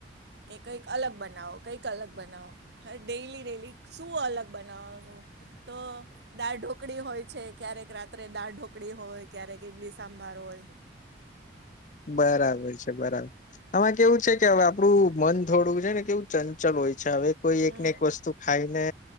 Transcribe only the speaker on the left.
<inaudible> બરાબર છે બરાબર આમાં કેવું છે કે હવે આપડું મન થોડું છે ને કેવું ચંચલ હોય છે. અચ્છા હવે કોઈ
એકને એક વસ્તુ ખાઈને